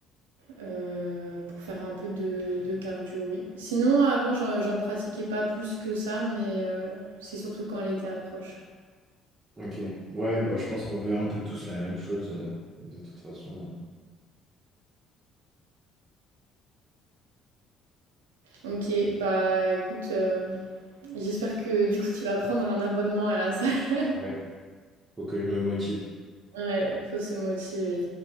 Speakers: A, on the right; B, on the right.
A: euh, pour faire un peu de, de cardio, oui. Sinon, avant, j'en j'en pratiquais pas plus que ça, mais euh, c'est surtout quand elle était à proche.
B: Ok. Ouais, bah, je pense qu'on veut un peu tous la même chose, euh, de toute façon.
A: Ok, bah écoute, euh, j'espère que du coup tu vas prendre un abonnement à la salle. <laughs>
B: Ouais. Faut que je me motive.
A: Ouais, faut se motiver.